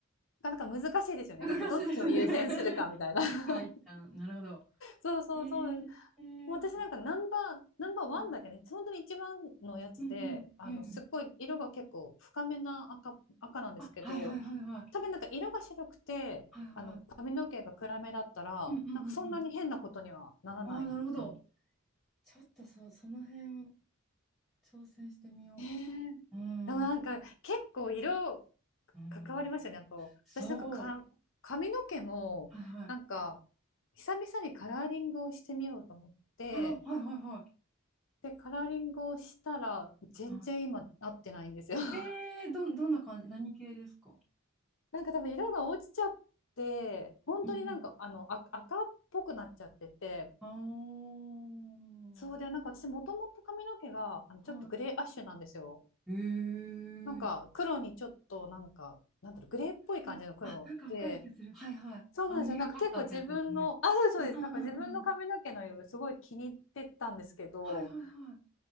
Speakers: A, on the left (about 65°); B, in the centre.
A: なかなか難しいですよね。
B: 難しいですね。
A: なんかどっちを優先するかみたいな。
B: <laughs> 一旦一旦。
A: <laughs>
B: なるほど。
A: そうそうそう。
B: えー、えー、
A: もう私なんかナンバー、ナンバーワンだけね、
B: うん
A: 本当に一番のやつで、
B: うんうん。
A: あの、
B: へー、
A: すっごい色が結構深めな赤、赤なんですけど、
B: あ、はいはいはいはい。
A: 多分なんか色が白くて、
B: はいは
A: あの、髪の毛が暗めだったら、
B: い。うんうんうんうん。
A: なんかそんなに変なことにはならないと思っ
B: ああ、なるほど。ちょっとそ、その辺、挑戦してみよ
A: えーでもなんか結構色
B: う。うん、うん、
A: 関わりましたね。あと、
B: そう。
A: 私なんか、か髪の毛もなんか
B: はいはい。
A: 久々にカラーリングをしてみようと思って、
B: あ、はいはいはい。
A: で、カラーリングをしたら全然今合ってないんですよ。
B: あ、
A: <laughs>
B: えー、どん、どんな感じ、何系ですか
A: なんか多分色が落ちちゃって、本当になんかあのあ赤っぽくなっちゃってて、
B: うんうん。
A: そうで、
B: あ
A: なんか私もともと髪の毛があのちょっとグレーアッシュなんですよ。
B: あ、はい。えー。
A: なんか黒にちょっとなんか、なんだろう、グレーっぽい感じの黒で、
B: うんあ、なんかわかる気がする。はいはい。
A: そうなんですよ。
B: 青みがかったってやつですよね。
A: なんか結構自分の、あ、そうです、そうです。
B: うんうんうんうん。
A: なんか自分の髪の毛の色すごい気に入ってたんですけど、
B: はいはいは